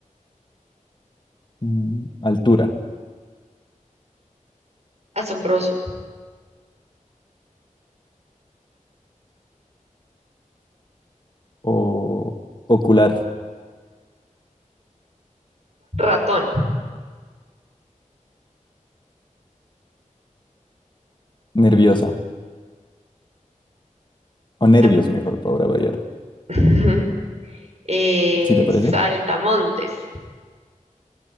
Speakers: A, on the left; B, on the right.
A: mm, altura
B: asombroso.
A: o ocular,
B: ratón,
A: nerviosa o nervios
B: Am-
A: mejor para variar,
B: <laughs> eh,
A: si te parece?
B: saltamontes,